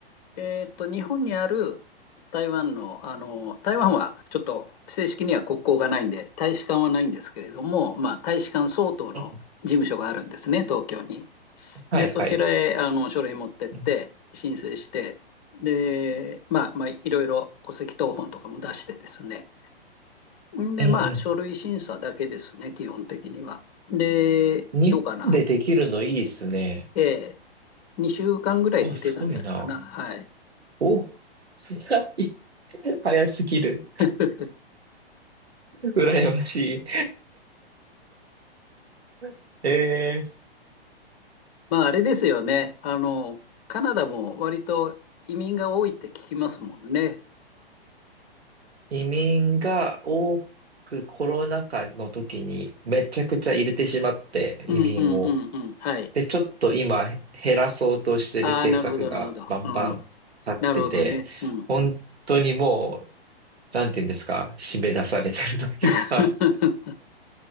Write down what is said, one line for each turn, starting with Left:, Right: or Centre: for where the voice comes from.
Left: えーっと、日本にある台湾の、あの、台湾はちょっと正式には国交がないんで、大使館はないんですけれども、まあ、大使館相当の事務所があるんですね、
Right: うん
Left: 東京に。
Right: はいはい。
Left: で、そちらへ、あの、書類持ってって、
Right: うん
Left: 申請して、で、まあ、まあ、いろいろ戸籍謄本とかも出してですね。んで、
Right: うん
Left: まあ、書類審査だけですね、基本的には。で、
Right: うん。日本でできるのいいですね。
Left: どうかな。ええ、2週間ぐらい出てたんじゃないかな。
Right: あ、すごいな。
Left: はい。
Right: お、<laughs> い早すぎる。
Left: <laughs>
Right: 羨ましい。<laughs> えー、
Left: まあ、あれですよね。あの、カナダも割と移民が多いって聞きますもんね。
Right: 移民が多くコロナ禍の時にめちゃくちゃ入れてしまって、
Left: うんうんうんうん。
Right: 移民を。
Left: はい。
Right: で、ちょっと今減らそうとしてる政策がバンバン立ってて、
Left: ああ、なるほど、なるほど。うん。なるほどね。うんうん。
Right: 本当にもう、なんて言うんですか、締め出されてるというか、
Left: <laughs>